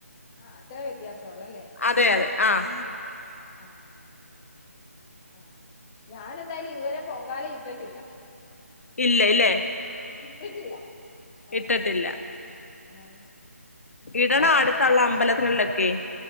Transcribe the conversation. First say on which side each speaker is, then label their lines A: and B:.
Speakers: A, on the left; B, on the left.
A: ആഹ് അത്രേ വ്യത്യാസൊള്ളൂ അല്ലേ
B: അതെ അതെ ആഹ്
A: ആഹ് ആഹ് ആഹ് ആഹ് ഞാനെന്തായാലും ഇതുവരെ പൊങ്കാല ഇട്ടിട്ടില്ല
B: ഇല്ലലെ
A: ഇട്ടിട്ടില്ല ആഹ്
B: ഇട്ടിട്ടില്ല
A: ആഹ്
B: ഇടണം
A: ഞാന്
B: അട്ത്തള്ള അമ്പലത്ത്ന്നോക്കെ
A: ക